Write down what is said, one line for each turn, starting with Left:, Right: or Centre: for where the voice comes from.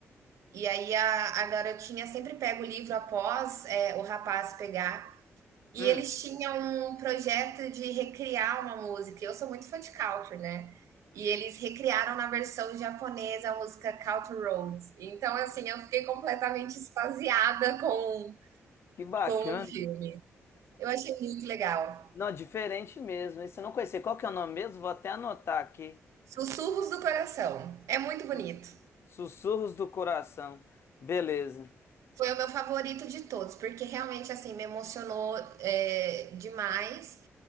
Right: E aí a a garotinha sempre pega o livro após, eh, o rapaz pegar. E
Left: hum.
Right: eles tinham um projeto de recriar uma música. Eu sou muito fã de country, né? E eles recriaram na versão japonesa a música Country Roads. Então, assim, eu fiquei completamente extasiada com,
Left: Que bacana.
Right: com o filme. Eu achei muito legal.
Left: Não, diferente mesmo. Esse eu não conhecia. Qual que é o nome mesmo? Vou até anotar aqui.
Right: Sussurros do Coração. É muito bonito.
Left: Sus- Sussurros do Coração. Beleza.
Right: Foi o meu favorito de todos, porque realmente, assim, me emocionou é, demais.